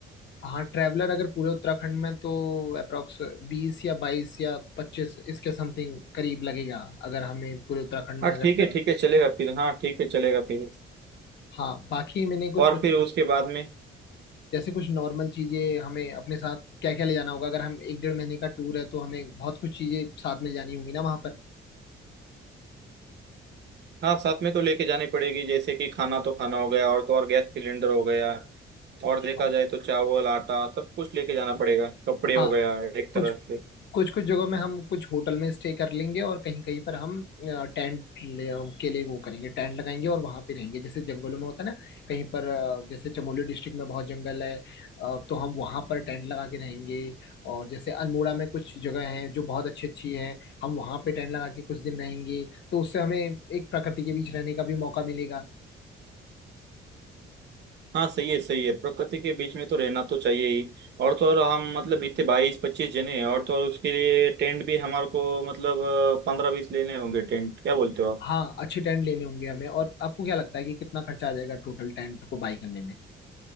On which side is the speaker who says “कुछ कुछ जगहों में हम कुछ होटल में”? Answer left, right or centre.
Left